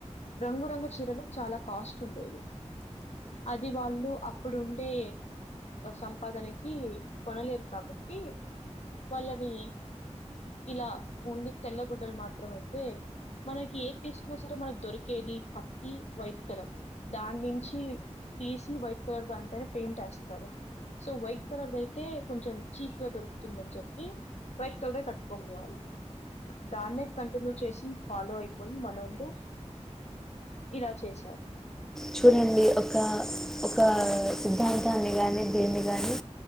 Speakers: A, on the left (about 65°); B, in the centre.
A: రంగురంగు చీరలు చాలా కాస్ట్ ఉండేవి అది వాళ్ళు అప్పుడు ఉండే సంపాదనకి కొనలేరు కాబట్టి వాళ్ళని ఇలా ఓన్లీ తెల్ల గుడ్డలు మాత్రమే అయితే మనకి ఏ తీస్తున్నా సరే మనకు దొరికేది పత్తి వైట్ కలర్ దాని నుంచి తీసి వైట్ కలర్ దానిపైన పెయింట్ వెస్తారు సో వైట్ కలర్ దయితే కొంచెం చీప్ గా దొరుకుతుందని చెప్పి వైట్ కలర్ కట్టుకునేవాళ్లు దాన్నే కంటిన్యూ చేసి ఫాలో అయిపోయి మనందు ఇలా చేశారు
B: చూడండి ఒక ఒక సిద్ధాంతాన్ని కాని దీన్ని కాని